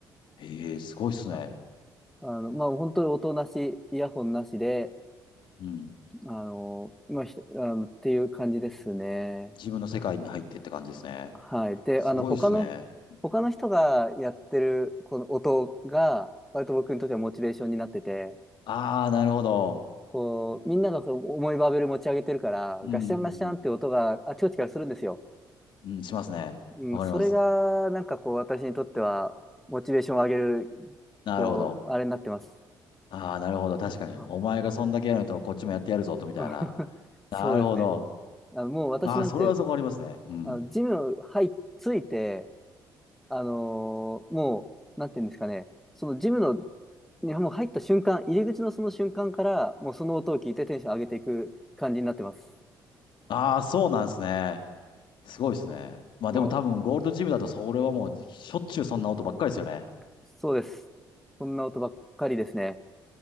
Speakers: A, on the left; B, in the centre.
A: う。ええ、すごいっすね。
B: あ、あの、まあ、本当に音なし、イヤホンなしで、
A: うん。
B: あの、まあ、ひあの、っていう感じですね。
A: 自分の世界に入ってって感じですね。
B: はい。で、
A: すごいっすね。
B: あの、他の、他の人がやってる、この音が、割と僕にとってはモチベーションになってて、
A: ああー、なるほど。
B: こう、みんながこう重いバーベル持ち上げてるから、
A: うん。
B: ガシャンガシャンって音があちこちからするんですよ。
A: うん、しますね。
B: うん、
A: わかります。
B: それが、なんかこう、私にとっては、モチベーションを上げる、
A: なるほど。
B: こう、あれになってます。
A: ああ、なるほど。確かに。
B: あ
A: お前がそんだけやると、こっちもやってやるぞ、と、
B: <laughs>
A: みたいな。なるほど。
B: そうですね。あの、もう私なんて、
A: ああ、それはそこありますね。うん。
B: あの、ジム入っついて、あのーもう、なんていうんですかね、そのジムの、にもう入った瞬間、入り口のその瞬間から、もうその音を聞いてテンション上げていく感じになってます。
A: ああ、そうなんですね。すごいですね。まあでも多分、
B: も
A: ゴールドジムだと、それはもう、しょっちゅうそんな音ばっかりですよね。
B: う、そうです。こんな音ばっかりですね。